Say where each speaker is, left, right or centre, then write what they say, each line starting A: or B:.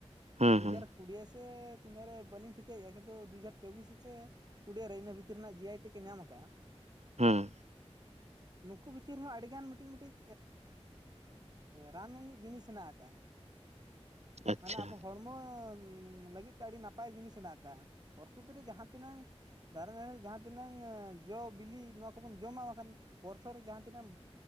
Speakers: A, on the right; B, on the right.
A: ᱦᱩᱸ
B: ᱫᱩᱦᱟᱡᱟᱨ
A: ᱦᱩᱸ
B: ᱠᱩᱲᱤ ᱛᱤᱱᱟᱹ ᱨᱮ ᱵᱟᱹᱞᱤᱧ ᱴᱷᱤᱠᱟᱹᱭᱮᱫᱼᱟ ᱠᱤᱱᱛᱩ ᱫᱩ ᱦᱟᱡᱟᱨ ᱪᱚᱵᱽᱵᱤᱥ ᱥᱮ ᱠᱩᱲᱤ ᱨᱮ ᱤᱱᱟᱹ ᱵᱷᱤᱛᱤᱨ ᱨᱮᱱᱟᱜ ᱡᱤ ᱟᱭ ᱴᱤ ᱠᱚ ᱧᱟᱢ ᱟᱠᱟᱫᱟ᱾ ᱦᱮ
A: ᱦᱮᱸ
B: ᱱᱩᱠᱩ ᱵᱷᱤᱛᱤᱨ ᱨᱮ ᱦᱚᱸ ᱟᱹᱰᱤᱜᱟᱱ ᱢᱤᱫᱴᱤᱡ ᱢᱤᱫᱴᱤᱡ ᱨᱟᱱ ᱨᱤᱱᱤᱡ ᱡᱤᱱᱤᱥ ᱦᱮᱱᱟᱜ ᱟᱠᱟᱜᱼᱟ᱾
A: ᱟᱪᱪᱷᱟ
B: ᱢᱟᱱᱮ ᱟᱵᱚ ᱦᱚᱲᱢᱚ ᱞᱟᱹᱜᱤᱫ ᱛᱮ ᱟᱹᱰᱤ ᱱᱟᱯᱟᱭ ᱡᱤᱱᱤᱥ ᱦᱮᱱᱟᱜ ᱟᱠᱟᱜᱼᱟ ᱯᱨᱟᱠᱨᱤᱛᱤᱠ ᱨᱮ ᱡᱟᱦᱟᱸ ᱛᱤᱱᱟᱹ ᱫᱟᱨᱮ ᱱᱟᱹᱲᱤ ᱡᱟᱦᱟ ᱛᱤᱱᱟᱹᱜ ᱡᱚ ᱵᱤᱞᱤ ᱱᱚᱣᱟ ᱠᱚᱵᱚᱱ ᱡᱚᱢᱟ ᱵᱟᱠᱷᱟᱱ ᱯᱚᱨᱥᱚ ᱨᱮ ᱡᱟᱦᱟᱸ ᱛᱤᱱᱟᱹᱜ